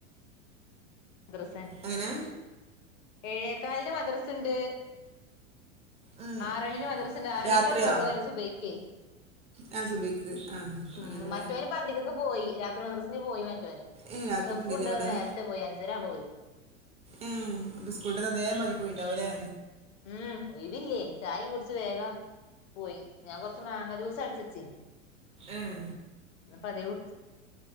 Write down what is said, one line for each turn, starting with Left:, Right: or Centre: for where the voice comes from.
Left: അദ്രസൻ
Right: അങ്ങനെ
Left: ഏഴേക്കാലിന് മദ്രസുണ്ട്
Right: ഉം,
Left: ആറണിന് മദ്രസിന്, ആറണിക്കണ-
Right: രാത്രിയോ
Left: മോള്ളു വരും സുബക്കേ.
Right: ആ സുബൈക്ക് ആ
Left: ഉ
Right: അങ്ങനെ
Left: മറ്റോന് പോ അന്തിക്കക്ക് പോയി രാത്രി മദ്രസ് പോയി മറ്റോന്
Right: ഏ രാത്രി
Left: ദഫുണ്ട്
Right: ഉണ്ടല്ലേ
Left: പറഞ്ഞു
Right: അവിടെ
Left: നേരത്തെ പോയി അഞ്ചരാബോ പോയി
Right: ആ സ്കൂട്ട് അന്തേ മതിരി പോയിണ്ടാവും അല്ലേ
Left: ഉം ഒഴിവില്ലേ ചായയും കുടിച്ച് വേഗം... പോയി. ഞാൻ കൊറച്ച് മാങ്ങ ജ്യൂസ് അടിച്ചച്ചീ.
Right: ആഹ.
Left: എന്നപ്പതേ വിടുത്ത്